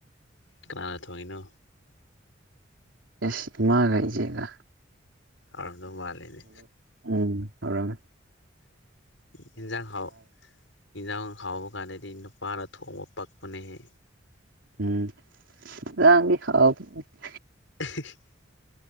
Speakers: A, on the left; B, on the right.
A: ꯀꯅꯥꯅ ꯊꯣꯡꯏꯤꯅꯣ
B: ꯌꯦꯁ ꯏꯃꯥꯒ ꯏꯖꯦꯒ
A: ꯍꯥꯎꯔꯝꯗꯧ ꯃꯥꯜꯂꯦꯅꯦ
B: ꯎꯝ ꯑꯣꯏꯔꯃꯦ
A: ꯍꯟꯖꯥꯡ ꯍꯥꯎ ꯏꯟꯖꯥꯡ ꯍꯥꯎꯕ ꯀꯥꯟꯗꯗꯤ ꯅꯨꯄꯥꯅ ꯊꯣꯡꯕ ꯄꯛꯄꯅꯦꯍꯦ
B: ꯎꯝ ꯏꯟꯖꯥꯡꯗꯤ ꯍꯥꯎ <unintelligible>
A: <unintelligible>